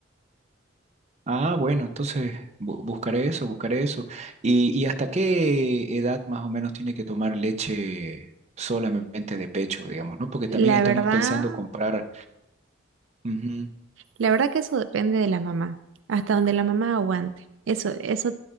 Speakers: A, on the right; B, on the right.
A: Ah, bueno, entonces bu- buscaré eso, buscaré eso. ¿Y, y hasta qué edad más o menos tiene que tomar leche solamente de pecho, digamos, ¿no? Porque también
B: La
A: estamos
B: verdad,
A: pensando comprar, ujú,
B: La verdad que eso depende de la mamá, hasta donde la mamá aguante. Eso, eso